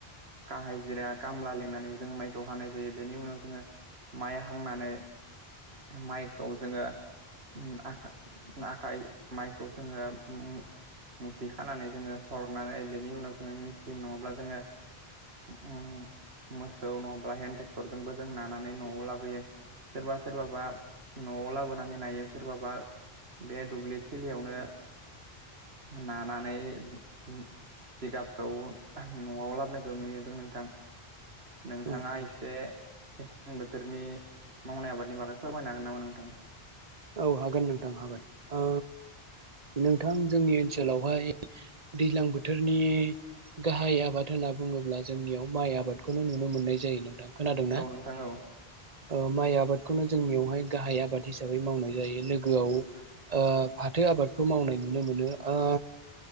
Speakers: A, on the right; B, on the right.
A: हाजिरा खामला लेंंनानैबो जोङो माइखौ हानाय जायो बेनि उनाव जोङो माइ हांनानै माइखौ जोङो। आ आखाइ माइखौ जोङो ओम मुथि खानानै जोङो सरनानै बेनि उनाव जोङो मेचिन नङाब्ला जोङो मे मोसौ नङाब्ला हन्द ट्रेक्टरजोंबो जों नानानै न'आव लाबोयो सोरबा सोरबाबा न'आव लाबोनानै नायो सोरबाबा बे दुब्लिथिलियावनो नानानै उम जिगाबखौ न'आव लाबोनायखौ नुयोद्रो नोंथां। नोंथाङा
B: उम उम
A: एसे मेसें बोथोरनि मावनाय आबादनि बागै फोरमायनो हागोन नामा नोंथां?
B: औ हागोन नोंथां हागोन ओ नोंथां जोंनि ओनसोलावहाय दैज्लां बोथोरनि गाहाय आबाद होनना बुङोब्ला जोंनियाव माइ आबादखौनो नुनो मोननाय जायो नोंथां। खोनादोंना
A: औ नोंथां औ।
B: ओ माइ आबादखौनो जोंनियावहाय गाहाय आबाद हिसाब बै मावनाय जायो लोगोआव ओ फाथो आबादखौ मावनाय नुनो मोनो ओ